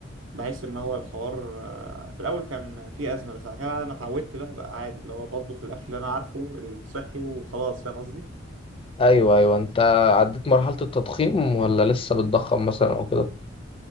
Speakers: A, on the right (about 70°); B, on the left (about 25°).
A: بحس ان هو الحوار آه، في الاول كان في ازمه بس بعد كده بعد ما اتعودت بقى بقى عادي اللي هو بطبخ الاكل اللي انا عارفه الصحي وخلاص فاهم قصدي
B: ايوه ايوه انت عديت مرحلة التضخيم ولا لسه بتضخم مثلا او كده؟